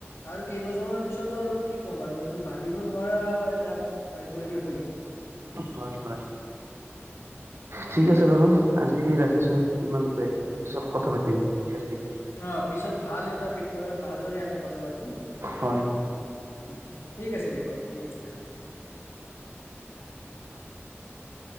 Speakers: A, on the left (about 75°); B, on the right (about 65°).
A: আৰু কেইবছৰমান পিছতো আৰু কি ক'ম আৰু এইটো ভাবিব নোৱাৰা এটা মানে পৰিৱেশ হৈ যাব।
B: হয়, হয়। ঠিক আছে বাৰু, আজি ৰাখিছো ইমানতে। পিছত কথা পাতিম। ইয়াৰ বিষয়ে
A: অ', পিছত ভাল এটা বিষয়ত ভালদৰে আমি কথা পাতিম।
B: হয় হয়
A: উম, ঠিক আছে দিয়া বাৰু ঠিক আছে অ'। <inaudible>